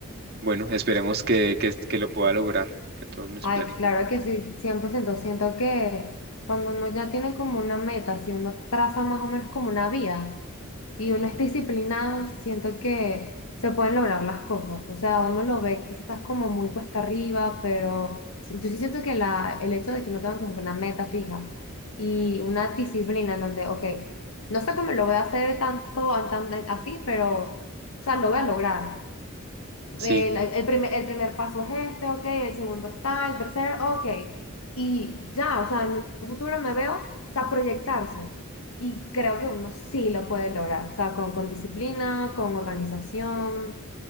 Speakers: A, on the right (about 50°); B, on the left (about 75°).
A: bueno, esperemos que, que, que lo pueda lograr, que todos mis
B: Ay,
A: planes.
B: claro que sí, 100%. Siento que cuando uno ya tiene como una meta, si uno traza más o menos como una vía y uno es disciplinado, siento que se pueden lograr las cosas. O sea, uno lo ve quizás como muy cuesta arriba, pero sí- yo sí siento que la, el hecho de que no tengan como una meta fija y una disciplina en donde, ok, no sé cómo lo voy a hacer tanto, tan- así, pero, o sea, lo voy a lograr
A: Sí,
B: el, el primer, el primer paso es este, ok, el segundo está, el tercero, ok. Y ya, o sea, en un futuro me veo, o sea, proyectarse. Y creo que uno sí lo puede lograr, o sea, con, con disciplina, con organización,